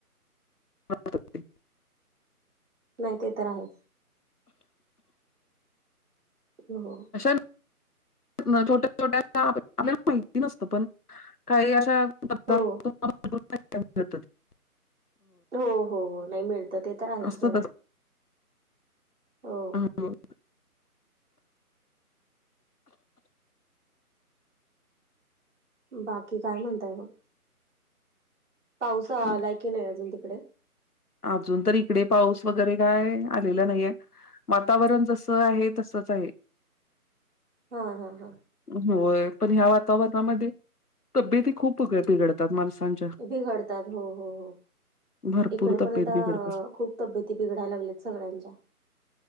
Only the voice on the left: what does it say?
वाटतं ते.
अशा ना छोट्या- छोट्याशा आपल्याला माहिती नसतं पण काही अशा <unintelligible>
असतं
हं..
हो.
अजून तर इकडे पाऊस वगैरे काय आलेला नाहीय. वातावरण जसं आहे, तसंच आहे.
होय पण ह्या वातावरणामध्ये तब्येती खूप फुकट बिघडतात माणसांच्या,
भरपूर
तब
बिघडतात.